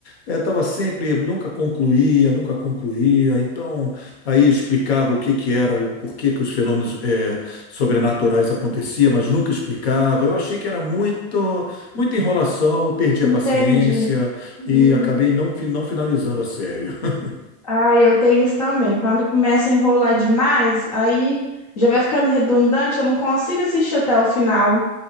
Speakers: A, on the left; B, on the left.
A: Eu tava sempre, nunca concluía, nunca concluía. Então, aí explicava o que que era, o porquê que os fenômenos eh, sobrenaturais aconteciam, mas nunca explicava. Eu achei que era muito, muita enrolação, eu perdi
B: Entendi.
A: a paciência
B: Hum.
A: e acabei não, fi- não finalizando a série. <laughs>
B: Ah, eu tenho isso também. Quando começa a enrolar demais, aí já vai ficando redundante, eu não consigo assistir até o final.